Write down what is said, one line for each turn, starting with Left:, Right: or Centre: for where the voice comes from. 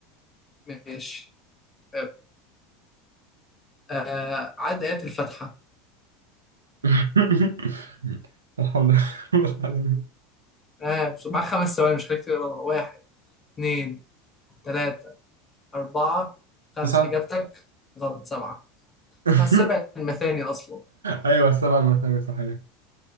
Left: ماشي حلو آه عد آيات الفاتحة
Right: <laughs> الحمد لله رب العالمين
Left: آه مع خمس ثواني مش خليك تقراها واحد اتنين تلاتة أربعة خمسة
Right: تسعة
Left: إجابتك غلط سبعة
Right: <laughs>
Left: فالسبع المثاني أصلا
Right: أيوة السبعة المثانية صحيح